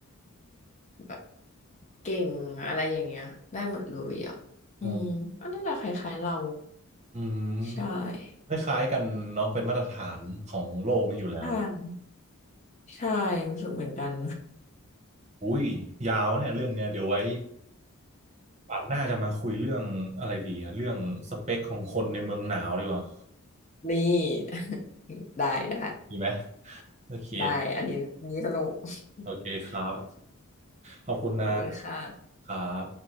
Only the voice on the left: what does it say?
แบบเก่งอะไรอย่างเงี้ยได้หมดเลยอ่ะอืมก็น่าจะคล้ายๆเรา
ใช่ใช่านใช่รู้สึกเหมือนกัน
<laughs> นี่ <laughs> ได้ได้
ได้อันนี้อันนี้สนุก
<laughs> โอเค
ขอบคุณค่ะ